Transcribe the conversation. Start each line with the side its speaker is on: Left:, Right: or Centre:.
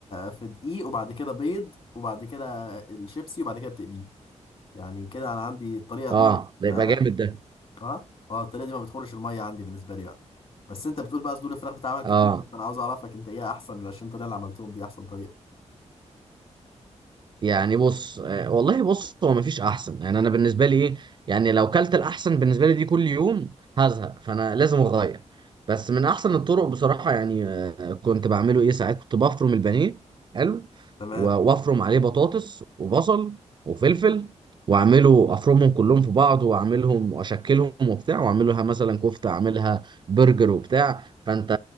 Left: في دقيق وبعد كده بيض وبعد كده الشيبسي وبعد كده بتقليه يعني كده انا عندي الطريقه
Right: اه
Left: دي
Right: ده
Left: ما...
Right: يبقى جامد ده
Left: اه اه الطريقه دي ما بتخرش الميه عندي بالنسبه لي بقى بس انت بتقول بقى صدور الفراخ بتعمل كتير
Right: اه
Left: فانا عاوز اعرفك انت ايه احسن من ال 20 طريقه اللي عملتهم دي احسن طريقه
Right: يعني بص آه، والله بص هو مفيش احسن يعني انا بالنسبه لي ايه يعني لو كلت الاحسن بالنسبه لي دي كل يوم هزهق فانا لازم اغير بس من احسن الطرق بصراحه يعني آه، كنت بعمله ايه ساعات كنت بفرم البانيه حلو
Left: تمام
Right: و- وافرم عليه بطاطس وبصل وفلفل واعمله افرمهم كلهم في بعض واعملهم واشكلهم وبتاع واعملها مثلا كفته اعملها برجر وبتاع فانت